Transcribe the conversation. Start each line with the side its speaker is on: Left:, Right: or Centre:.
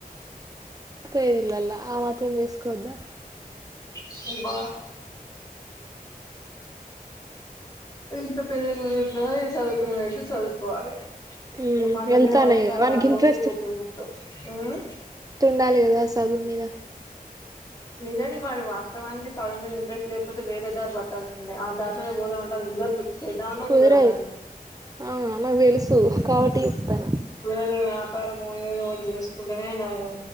Right: పేదఇల్లల్లా ఆ మాత్రం చేస్కోవద్ద
Left: షిబ్బ ఇంకా పెళ్లిలు గిట్ల చదువుకునే వయసుల చదువుకోవాలి.
Right: మ్మ్
Left: ఇగ పనుల
Right: వెళ్తాన్నాయి
Left: మీద పడుతాదా
Right: కదా వానికి
Left: రోటే
Right: ఇంట్రెస్ట్
Left: పోతది మొత్తం ఉమ్
Right: వెట్టాలి కదా సదువు మీద
Left: నిజానికి మరి వాస్తవానికి సదువు మీద ఇంట్రెస్ట్ లేకపోతే వేరే దారి పట్టాల్సిందే ఆ దారినే పోదామంటే అది కుదరదు. చేద్దామన్నా
Right: కుదరదు
Left: అది
Right: ఆ నాకుతెలుసు
Left: ఉమ్,
Right: కావట్టి చెప్తాన్న.
Left: వేరే వ్యాపారము ఏదోటి చేసుకుంటేనే నయం.